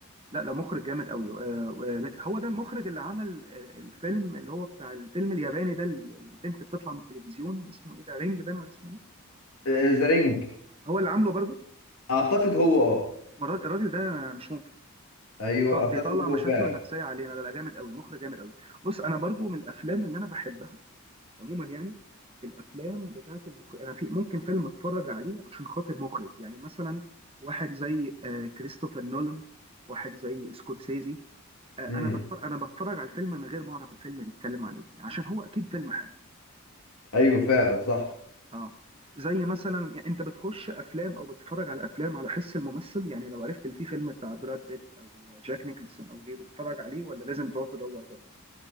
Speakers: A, on the right; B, on the left.
A: لا لا مخرج جامد قوي آه، ومت- هو ده المخرج اللي عمل آه، الفيلم اللي هو بتاع الفيلم الياباني ده اللي البنت بتطلع من التلفزيون اسمه ايه ده رينج بان ولا اسمه ايه
B: آه، ذا رينج
A: هو اللي عامله برضو
B: اعتقد هو اه
A: ما الراجل الراجل ده مش ممكن
B: ايوه
A: بيط-
B: اعتقد
A: بيطلع مشاكله
B: هو فعلا
A: النفسيه علينا لا لا جامد قوي مخرج جامد قوي بص انا برضو من الافلام اللي انا بحبها عموما يعني الافلام بتاعت المخرج انا في ممكن فيلم اتفرج عليه عشان خاطر مخرج يعني مثلا واحد زي آه، كريستوفر نولان واحد زي سكورسيزي آه،
B: امم
A: انا بتفرج انا بتفرج على الفيلم من غير ما اعرف الفيلم بيتكلم عن ايه عشان هو اكيد فيلم حلو
B: ايوه فعلا صح
A: اه زي مثلا يعني انت بتخش افلام او بتتفرج على افلام على حس الممثل يعني لو عرفت اللي فيه فيلم بتاع براد بيت او جاك نيكلسون او غيره تتفرج عليه ولا لازم تقعد تدور برضه